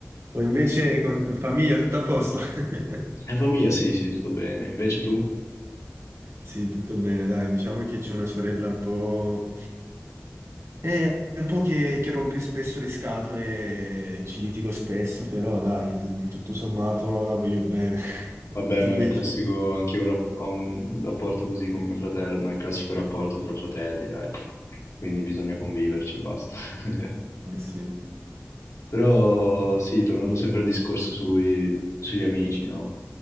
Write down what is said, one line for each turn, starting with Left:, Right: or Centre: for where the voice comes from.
Right: O invece con famiglia tutto a posto. <laughs>
Left: E famiglia, sì, sì, tutto bene. Invece tu?
Right: Sì, tutto bene, dai, diciamo che c'è una sorella un po'... eh, un po' che, che rompe spesso le scatole, ci litigo spesso, però dai, tutto sommato la voglio bene. <laughs>
Left: Vabbè,
Right: Tutto
Left: ma
Right: invece.
Left: è il classico, anch'io ho un rap- ho un rapporto così con mio fratello, ma è il classico rapporto fra fratelli, dai. Quindi bisogna conviverci e basta. <laughs>
Right: Eh sì,
Left: Però sì, tornando sempre al discorso sui- sugli amici, no?